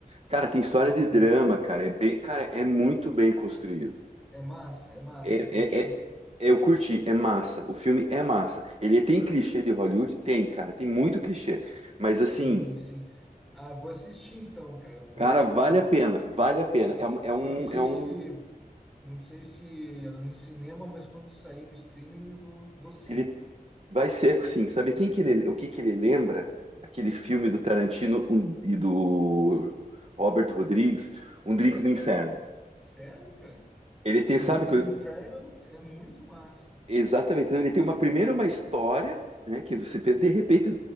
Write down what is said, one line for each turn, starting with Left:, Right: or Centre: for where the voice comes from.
Right: Cara, tem
Centre: Sim,
Right: história de drama, cara. É bem, cara, é muito bem construído.
Centre: é massa, é massa,
Right: É,
Centre: curtiu?
Right: é, é- eu curti, é massa. O filme é massa. Ele tem clichê de Hollywood? Tem, cara. Tem muito clichê. Mas assim.
Centre: Sim, sim. Ah, vou assistir então, cara. Eu vou
Right: Cara, vale a pena, vale a pena.
Centre: não sei,
Right: É, um, é um,
Centre: não sei
Right: é um-
Centre: se não sei se é no cinema, mas quando sair no streaming eu vou vou seco.
Right: ele vai seco, sim. Sabe quem que ele, o que que ele lembra? Aquele filme
Centre: Ah,
Right: do Tarantino um- e do Robert Rodrigues, Um Drink no Inferno.
Centre: sério, cara?
Right: Ele tem,
Centre: Um
Right: sabe,
Centre: Drink
Right: que-
Centre: no Inferno é muito massa.
Right: exatamente. Então, Ele tem uma primeira uma história, né, que você pensa, de repente